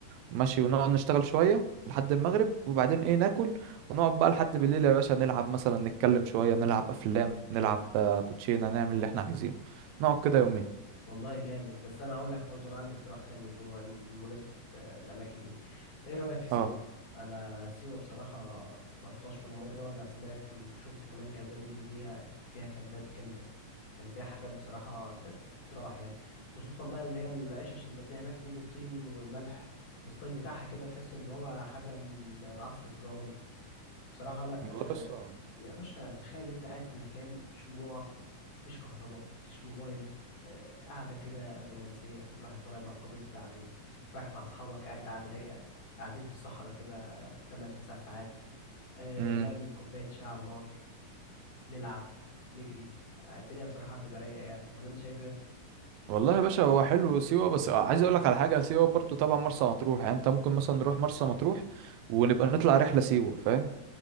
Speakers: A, on the right; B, on the left.
A: ماشي ونقعد نشتغل شوية لحد المغرب وبعدين ايه ناكل ونقعد بقى لحد بالليل يا باشا نلعب مثلا نتكلم شوية نلعب افلام نلعب آه، كوتشينة نعمل اللي احنا عايزينه نقعد كده
B: وال-
A: يومين
B: والله جامد بس أنا هقول لك برضو أنا عندي اقتراح تاني بمن- بمناسبة آه، الأماكن دي إيه رأيك في سيوة؟
A: اه
B: أنا سيوة بصراحة ما رحتهاش ولا مرة أنا سمعت وشفت كمان كذا فيديوز ليها فيها كامبات جامدة يعني فيها حاجات بصراحة ت- تتراح يعني خصوصا بقى اللي هي العشش المبنية هناك دي بالطين والملح الستايل بتاعها كده تحس ان هو حاجة من العصر الفرعوني بصراحة لا
A: والله
B: آه،
A: بس آه،
B: يا باشا تخيل انت قاعد في مكان شموع مفيش كهرباء مفيش موبايل آه، قاعدة كده رومانسية كل واحد طالع مع الكوبل بتاعته رايح مع أصحابك قاعد قاعد رايقة قاعدين في الصحراء كده تمن تسع ساعات آه،
A: مم.
B: نعمل كوباية شاي على النار نلعب نجري آه، الدنيا بصراحة هتبقى رايقة يعني ولا انت شايف ايه؟
A: والله يا باشا هو حلو سيوة بس عايز اقول لك على حاجة سيوة برضو طبعا مرسى مطروح يعني انت ممكن مثلا نروح مرسى مطروح ونبقى نطلع رحلة سيوة فاهم